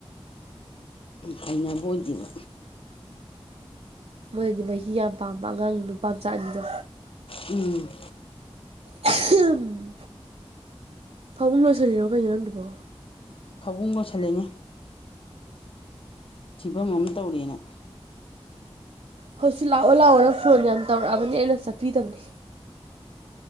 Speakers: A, on the left; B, on the right.
A: ꯍꯩꯅꯕ ꯑꯣꯏꯗꯦꯕ꯫
B: ꯃꯣꯏꯅꯗꯤ ꯃꯍꯤ ꯌꯥꯝ ꯄꯥꯝꯕ ꯑꯉꯥꯡ ꯅꯨꯄꯥꯝꯆꯥ ꯑꯅꯤꯗꯣ꯫
A: ꯎꯝ꯫
B: ꯑꯍꯝ꯫ ꯐꯃꯨꯡ ꯂꯣꯏꯁꯤꯜꯂꯤꯔꯣ ꯀꯩꯅꯣ ꯅꯪꯗꯨꯕꯣ꯫
A: ꯐꯕꯨꯡ ꯂꯣꯏꯁꯜꯂꯤꯅꯤ꯫ ꯐꯤꯕꯝ ꯑꯃ ꯇꯧꯔꯦꯅ
B: ꯍꯧ ꯁꯤ ꯂꯥꯛꯑꯣ ꯂꯥꯛꯑꯣꯅ ꯐꯣꯟ ꯌꯥꯝ ꯇꯧꯔꯛꯑꯕꯅꯤ ꯑꯩꯅ ꯆꯠꯄꯤꯗꯕꯅꯦ